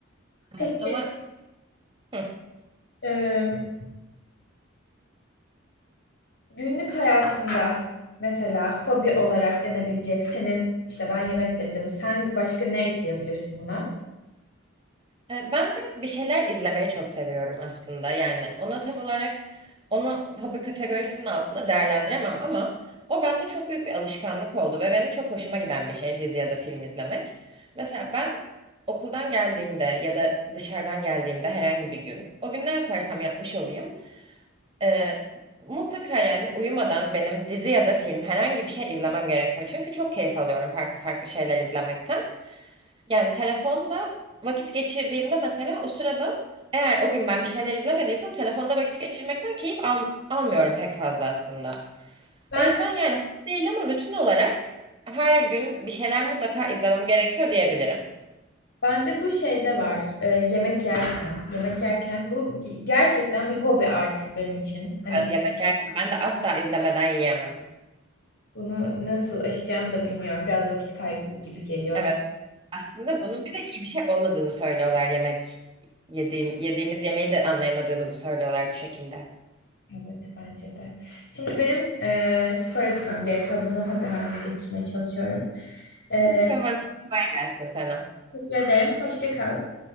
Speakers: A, on the left; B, on the right.
A: Peki
B: Evet. Ama hı.
A: ım, günlük hayatında mesela hobi olarak denebilecek senin işte ben yemek dedim. Sen başka ne ekleyebilirsin buna?
B: E, Ben de bir şeyler izlemeyi çok seviyorum aslında. Yani ona tam olarak onu hobi kategorisinin altında değerlendiremem ama o bende çok büyük bir alışkanlık oldu ve benim çok hoşuma giden bir şey dizi ya da film izlemek. Mesela ben okuldan geldiğimde ya da dışarıdan geldiğimde herhangi bir gün o gün ne yaparsam yapmış olayım. e, mutlaka yani uyumadan benim dizi ya da film herhangi bir şey izlemem gerekiyor. Çünkü çok keyif alıyorum farklı farklı şeyler izlemekten. Yani telefonda vakit geçirdiğimde mesela o sırada eğer o gün ben bir şeyler izlemediysem telefonda vakit geçirmekten keyif al almıyorum pek fazla aslında.
A: Ben
B: O yüzden yani değil ama rutin olarak her gün bir şeyler mutlaka izlemem gerekiyor diyebilirim.
A: Bende bu şeyde var. e, yemek yerken, yemek yerken bu gerçekten bir hobi artık benim için. Hani
B: Evet yemek yerken ben de asla izlemeden yiyemem.
A: Bunu nasıl aşacağım da bilmiyorum. Biraz vakit kaybı gibi geliyor.
B: Evet aslında bunun bir de iyi bir şey olmadığını söylüyorlar yemek yediğim yediğimiz yemeği de anlayamadığımızı söylüyorlar bu şekilde.
A: Evet bence de. Şimdi benim eee, spora gitmem gerekiyor. Bunu hobi haline getirmeye çalışıyorum. Eee
B: Tamam kolay gelsin sana.
A: teşekkür ederim. Hoşça kal.